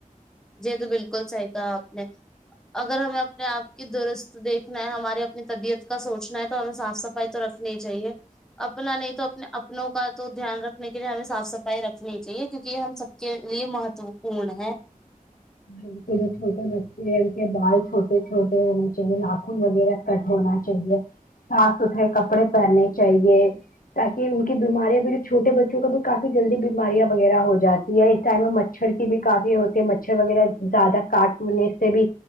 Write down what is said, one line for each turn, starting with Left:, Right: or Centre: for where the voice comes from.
Centre: جی تو بالکل صحیح کہہ آپ نے اگر ہمیں اپنے آپ کی درست دیکھنا ہے ہماری اپنی طبیعت کا سوچنا ہے تو ہمیں صاف سفائی تو رکھنی ہی چاہیے اپنا نہیں تو اپنے اپنوں کا تو دھیان رکھنے کے لیے ہمیں صاف صفائی رکھنی ہی چاہیے کیونکہ یہ ہم سب کے لیے مہتوپورن ہے
Left: <unintelligible> جنہیں چھوٹے بچے ہیں ان کے بال چھوٹے چھوٹے ہونے چاہیے ناخن وغیرہ کٹ ہونا چاہیے صاف ستھرے کپڑے پہننے چاہیے تاکہ ان کی بیماریاں بھی جو چھوٹے بچوں کو بھی کافی جلدی بیماریاں وغیرہ ہو جاتی ہے اس ٹائم میں مچھر کی بھی کافی ہوتی مچھر وغیرہ زیادہ کاٹنے سے بھی